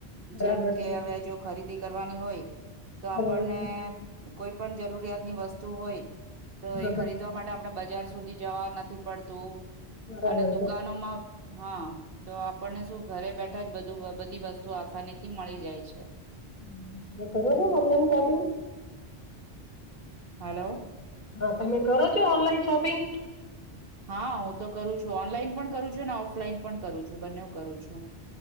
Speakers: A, on the left; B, on the right.
A: બરાબર
B: જેમ કે
A: છે.
B: હવે જો ખરીદી કરવાની હોય તો
A: બરાબર
B: આપણને
A: છે.
B: કોઈ પણ જરૂરિયાતની વસ્તુ હોય તો
A: બરાબર
B: એ ખરીદવા
A: છે.
B: માટે આપડે બજાર સુધી જવા નથી પડતું
A: બરાબર
B: અને દુકાનોમાં
A: છે.
B: હા તો આપણને શું ઘરે બેઠા જ બધું બધી વસ્તુ આસાની થી મળી જાય છે.
A: <unintelligible> કરો છો ઓનલાઈન શોપિંગ?
B: હાલો.
A: હા તમે કરો છો ઓનલાઈન શોપિંગ?
B: હા હું તો કરું છુ ઓનલાઈન પણ કરું છુ ને ઓફલાઈન પણ કરું છુ બંનેઓ કરું છું.